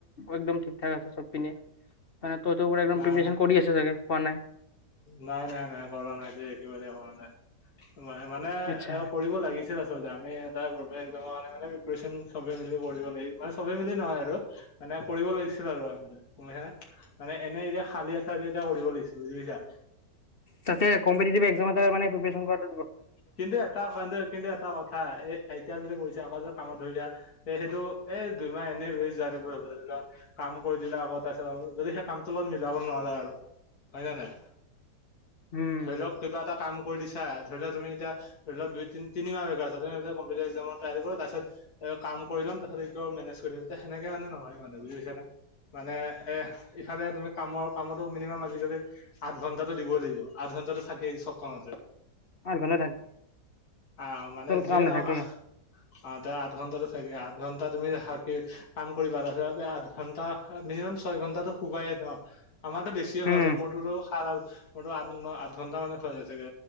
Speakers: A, on the left; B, on the left.
A: একদম ঠিক ঠাক আছে সব পিননে। মানে ত'তোও পৰা একদম
B: নাই
A: প্ৰিপেশন কৰি আছে চাগে কোৱা নাই।
B: নাই নাই নাই কৰা নাই যে একেবাৰে কৰা নাই। মানে
A: আচ্ছা
B: এ কৰিব লাগিছে। আচলতে আমি এটাৰ কাৰে মে প্ৰপন চবে মি কৰিব লাগিব মানে চবে মিলি নহয় আৰু মানে কৰিব লাগিছিল আৰু গুাইছানে মানে এনে এতিয়া খালি আ চাৰি এতিয়া কৰিব লাগিছিল। বুজি পাইছা।
A: তাক কম্পিটিটিভ একজাম এটা মানে প্ৰিপেচন কৰাতো।
B: কিন্তু এটা কিন্তু এটা কথা এ এতিয়া যদি কৈছে। আগ যে কামত ধৰি দিয়া তে সেইটো এ দুইমাহ এনেই ৱেষ্ট যোৱা ধৰি লোৱা কাম কৰি দিলা আক আৰু যদি সেই কামটো লগত মিলাব নোৱাৰা আৰু হয় নে নাই।
A: উম
B: ধৰি লওক কিবা এটা কাম কৰি দিছা ধৰি লোৱা তুমি। এতিয়া ধৰি লোৱা দুই তি তিনিমাহ বোৰ আছে তাৰপিছত কম্পিউটাৰ একজামত চাই দিব তাছত। কাম কৰি ল'ম তাৰছত এইটো মেনেজ কৰিম তে সেনেকে মানে নহয় মানে বুজিছা না মানে। এ ইফালে তুমি কামৰ কামতো মিনিমাম আজিকালি আঠ ঘণ্টাটো দিবই লাগিব আঠ ঘণ্টাটো থাকেই। চব কামতে
A: আৰু ঘাল।
B: আহ মানে যিয়ে
A: কাম নাথাকে
B: নহক আ আঠ ঘন্টাতে থাকে আঠ ঘন্টা। তুমি ৰাখা কি কাম কৰিবা আঠ ঘন্টা মিনিমাম ছয় ঘন্টাটো শুবাই ন। আমাৰতো বেছিয়ে হোৱা
A: উম
B: যায় মোৰতো সা মোৰো আঠ ন আঠ ঘণ্টা মানে শুৱা যায় চাগে